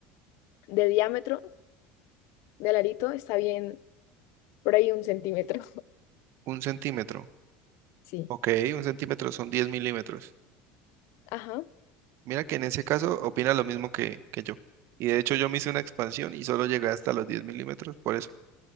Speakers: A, on the left; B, on the right.
A: de diámetro del arito está bien por ahí un centímetro. <laughs>
B: Un centímetro.
A: Sí,
B: Ok, un centímetro son 10 milímetros.
A: ajá,
B: Mira que en ese caso opina lo mismo que, que yo. Y de hecho yo me hice una expansión y solo llegué hasta los 10 milímetros por eso.